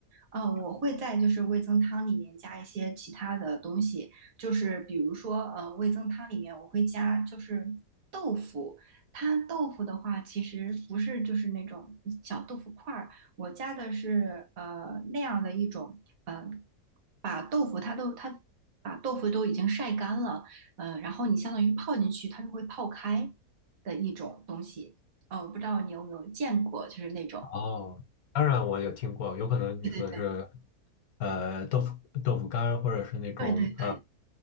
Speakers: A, on the right; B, on the left.
A: 哦，呃我会在就是味增汤里面加一些其他的东西，就是比如说，呃，味增汤里面我会加就是豆腐，它豆腐的话其实不是就是那种小豆腐块儿，我加的是呃那样的一种，呃，把豆腐它都它把豆腐都已经晒干了，呃，然后你相当于泡进去，它就会泡开的一种东西，呃，我不知道你有没有见过，就是那种，
B: 哦，当然我有听过，有可能你说的是，
A: 对对对。
B: 呃，豆腐豆腐干儿或者是那种
A: 对对对，